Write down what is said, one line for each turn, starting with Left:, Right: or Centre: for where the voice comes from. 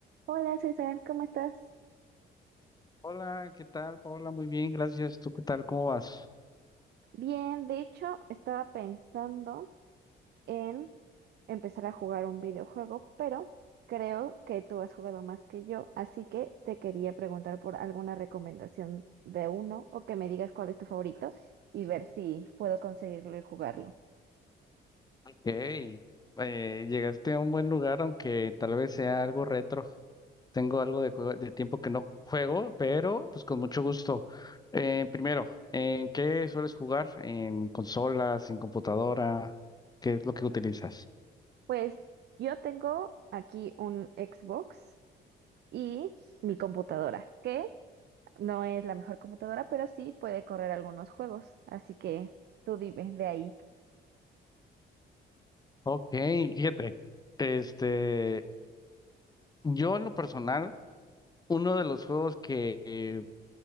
Right: Hola César, ¿cómo estás?
Left: Hola, ¿qué tal, Paola? Muy bien, gracias. ¿Tú qué tal? ¿Cómo vas?
Right: Bien, de hecho, estaba pensando en empezar a jugar un videojuego, pero creo que tú has jugado más que yo, así que te quería preguntar por alguna recomendación de uno o que me digas cuál es tu favorito y ver si puedo conseguirlo y jugarlo.
Left: Hey, eh, llegaste a un buen lugar, aunque tal vez sea algo retro. Tengo algo de, juego- de tiempo que no juego, pero pues con mucho gusto. Eh, primero, ¿en qué sueles jugar? ¿En consolas, en computadora? ¿Qué es lo que utilizas?
Right: Pues yo tengo aquí un Xbox y mi computadora, que no es la mejor computadora, pero sí puede correr algunos juegos, así que tú dime de ahí.
Left: Ok, fíjate. Este, yo en lo personal, uno de los juegos que eh,